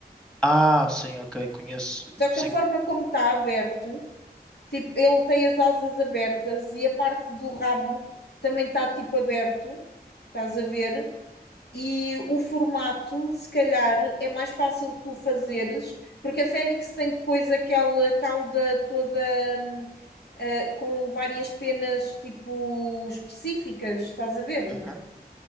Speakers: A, in the centre; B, on the left.
A: Ah, sim, ok, conheço,
B: Só que
A: sim,
B: a forma como está aberto. Tipo, ele tem as asas abertas e a parte do rabo também está tipo aberto, estás a ver? E o formato, se calhar, é mais fácil tu fazeres, porque a Fênix tem depois aquela cauda toda hum, ah, com várias penas tipo específicas, estás a ver?
A: Uhum,